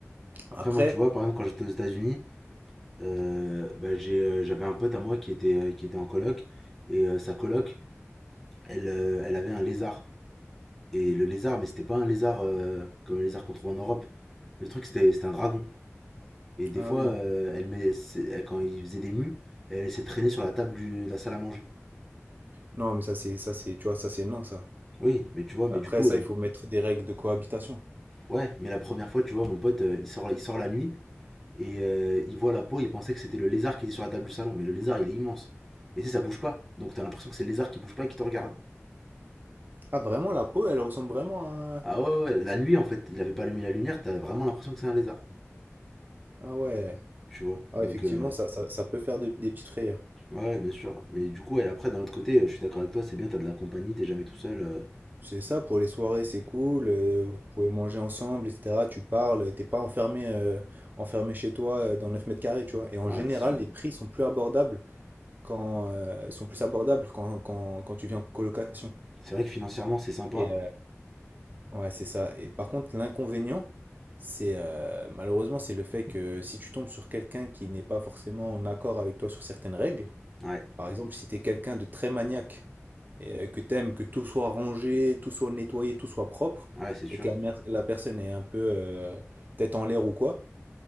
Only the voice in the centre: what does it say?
Après,
moi, tu vois, par exemple, quand j'étais aux États-Unis, euh, bah, j'ai, euh, j'avais un pote à moi qui était, euh, qui était en coloc. Et euh, sa coloc, elle, euh, elle avait un lézard. Et le lézard, mais c'était pas un lézard euh, comme les lézards qu'on trouve en Europe. Le truc, c'était, c'était un dragon. Et des
fois,
euh, elle, met- c'est- elle- quand il faisait des mues, elle laissait traîner sur la table du- de la salle à manger.
Oui, mais tu vois, mais
du coup,
euh,
ouais, mais la première fois, tu vois, mon pote, euh, il sort, il sort la nuit. Et euh, il voit la peau, il pensait que c'était le lézard qui était sur la table du salon. Mais le lézard, il est immense. Et tu sais, ça bouge pas. Donc t'as l'impression que c'est le lézard qui bouge pas et qui te regarde.
Ah ouais, ouais, la nuit, en fait, il avait pas allumé la lumière, t'as vraiment l'impression que c'est un lézard.
Tu vois
Donc,
euh,
ouais, ouais, bien sûr. Mais du coup, et après, d'un autre côté, euh, je suis d'accord avec toi, c'est bien, t'as de la compagnie, t'es jamais tout seul. euh,
hmm,
ouais, c'est sûr.
C'est vrai que financièrement, c'est sympa.
Ouais,
ouais, c'est sûr.